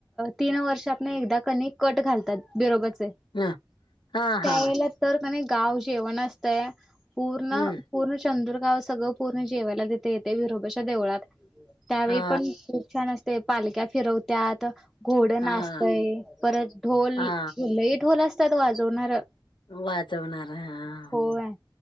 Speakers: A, in the centre; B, on the left (about 65°).
A: तीन वर्ष आपण एकदा कनी कट घालतात बिरोबाचे
B: हा हा
A: त्यायेळेला
B: हा
A: तर कणी गाव जेवण असतयं पूर्ण
B: हम्म.
A: पूर्ण चंदुरगाव सगळं पूर्ण जेवायला तिथं येतय बिरोबाच्या देवळात त्यावेळी
B: हा
A: पण खूप छान असतय पालक्या फिरवत्याात घोडं
B: हा
A: नाचतयं परत ढोल
B: हा
A: लई ढोल असत्यात वाजवणारं
B: वाजवणार हा
A: होय